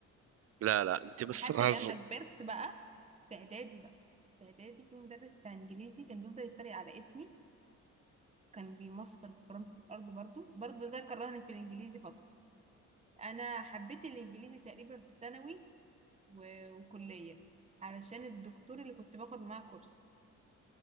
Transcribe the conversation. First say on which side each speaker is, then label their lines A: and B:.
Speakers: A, on the right; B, on the right.
A: لا لا انت بس
B: لحد
A: عزل
B: لما كبرت بقى في اعدادي بقى في اعدادي في مدرس بتاع انجليزي كان بيفضل يتريق على اسمي كان بيمسخر بكرامة الارض برضو برضو ده كرهني في الانجليزي فترة انا حبيت الانجليزي تقريبا في ثانوي و- وكلية علشان الدكتور اللي كنت باخد معاه كورس